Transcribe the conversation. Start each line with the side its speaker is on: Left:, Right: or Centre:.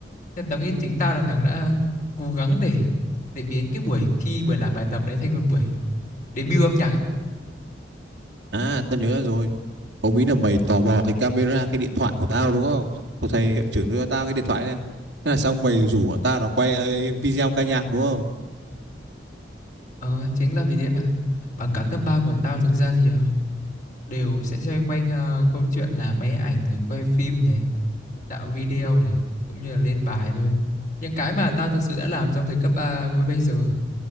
Left: nên tao nghĩ chính tao là thằng đã cố gắng để để biến cái buổi thi buổi làm bài tập đấy thành một buổi debut âm nhạc ấy
Right: à tao nhớ rồi hôm ấy là mày tò mò cái camera cái điện thoại của tao đúng không Xong thầy hiệu trưởng đưa cho tao cái điện thoại này thế là xong mày rủ bọn tao là quay ờ, video ca nhạc đúng không
Left: Ờ, chính là vì thế mà và cả cấp 3 của tao thực ra thì ờ, đều sẽ xoay quanh ờ, câu chuyện là máy ảnh rồi quay phim này, tạo video này cũng như là lên bài thôi. Những cái mà tao thực sự đã làm trong thời cấp 3 với bây giờ,